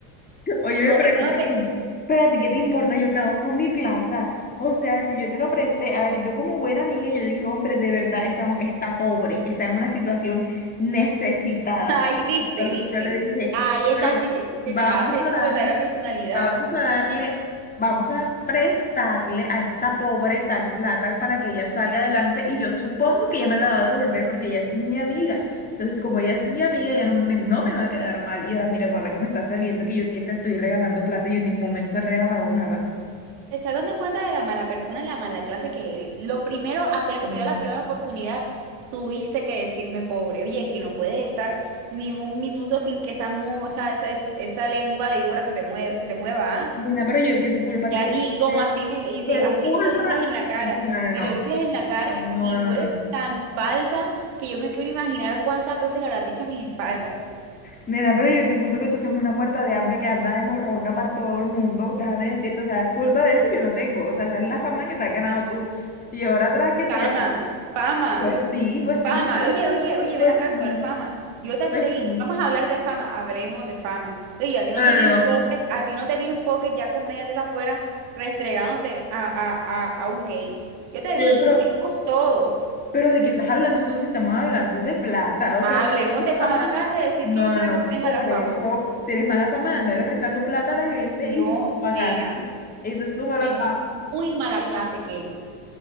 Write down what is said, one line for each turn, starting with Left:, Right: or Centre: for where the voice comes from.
Left: Oye,
Right: No,
Left: pero
Right: y cuando
Left: que-
Right: te...
Left: ay, pero ¿qué te importa yo qué hago con mi plata? O sea, si yo te lo presté, a ver, yo como buena amiga, yo dije, hombre, de verdad, está, está pobre, está en una situación necesitada.
Right: <laughs> Ay, viste,
Left: Entonces
Right: viste.
Left: yo le dije,
Right: Ahí estás,
Left: pero
Right: dici- te
Left: vamos
Right: acaba de salir
Left: a darle,
Right: tu verdadera personalidad.
Left: vamos a darle, vamos a prestarle a esta pobre tal plata para que ella salga adelante y yo supongo que ella me la va a devolver porque ella es mi amiga. Entonces, como ella es mi amiga, ya no me, no me va a quedar mal. Y ahora mira con la que me está saliendo, que yo que te estoy regalando plata, yo en ningún momento te he regalado nada.
Right: Te estás dando cuenta de la mala persona y la mala clase que eres. Lo primero, apenas
Left: Mm.
Right: se te dio la primera oportunidad, tuviste que decirme pobre. Oye, es que no puedes estar ni un minuto sin que esa, mu- esa, esa, esa lengua de víbora se te mueva, se te mueva, ¿ah?
Left: Nena, <laughs> pero yo qué tu culpa
Right: Ya,
Left: tengo.
Right: y
Left: que
Right: como
Left: tener?
Right: así me lo dice,
Left: ¿Qué
Right: así
Left: culpa?
Right: me lo dices en la cara,
Left: No,
Right: me
Left: no,
Right: lo dices en la cara
Left: no,
Right: y
Left: no, no.
Right: tú eres
Left: no.
Right: tan falsa que yo me quiero imaginar cuántas veces lo habrás dicho a mis espaldas.
Left: Nena, pero yo qué culpa que tú seas una muerta de hambre que anda de morronga para todo el mundo. Déjame decirte, o sea, es culpa de eso yo no tengo. O sea, esa es la fama que te has ganado tú. Y ahora atrás que te
Right: Fama,
Left: ganas.
Right: fama,
Left: Pues sí, pues sí,
Right: fama.
Left: porque,
Right: Oye, oye, oye,
Left: pues
Right: ven acá,
Left: sí,
Right: ¿cuál fama? Yo esta
Left: pues
Right: sí te vi,
Left: sí.
Right: vamos a hablar de fama, hablemos de fama. Oye, a ti no
Left: No,
Right: te
Left: no,
Right: vi en
Left: no.
Right: pocket, a ti no te vi en pocket ya con medias afuera restregándote a, a, a, a un gay. Yo te
Left: Oye,
Right: vi
Left: pero
Right: y te vimos todos.
Left: Pero de qué estás hablando tú si estamos hablando de plata, o
Right: Hablemos
Left: sea,
Right: de fama,
Left: fama.
Right: no acabas de decir
Left: No,
Right: que yo soy
Left: no,
Right: la que
Left: no,
Right: tiene
Left: por
Right: mala fama.
Left: eso tienes mala fama de andarle prestando plata a la gente
Right: No,
Left: y sin pagar.
Right: nena,
Left: Esa es tu mala
Right: eres
Left: fama.
Right: muy mala clase, Kelly.